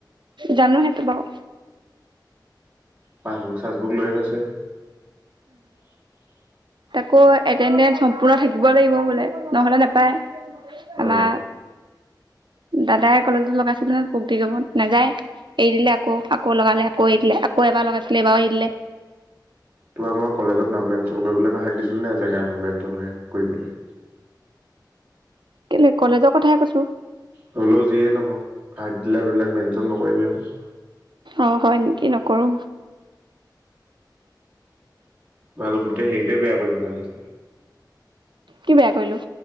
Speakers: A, on the right; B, on the right.
A: জানো সেইটো বাৰু
B: পাছবুক চাচবুক লৈ থৈছে। <inaudible>
A: তাকৌ এটেনডেঞ্চ সম্পূৰ্ণ থাকিব লাগিব বোলে নহলে নাপায়।
B: অ
A: আমাৰ দাদাই কলেজত লগাইছিলে নহয় পগ দিগমত নাযায়। এৰি দিলে আকৌ আকৌ লগালে আকৌ এৰি দিলে আকৌ এবাৰ লগাইছিলে এবাৰ এৰি দিলে।
B: তোমাৰ মই কলেজত নাম মেনশ্যন কৰিবলৈ হাক দিছিলো নাই জেগাৰ নাম মেনচন কৰিবলৈ
A: কেলে কলেজৰ কথাহে কৈছো।
B: হলেও যিয়ে নহওক ভাগ দিলা বিলাক মেনচন নকৰিবি আকৌ।
A: অ হয় নেকি নকৰো।
B: বাল গোটেই হেৰিটোয়ে বেয়া কৰি পেলালি।
A: কি বেয়া কৰিলো?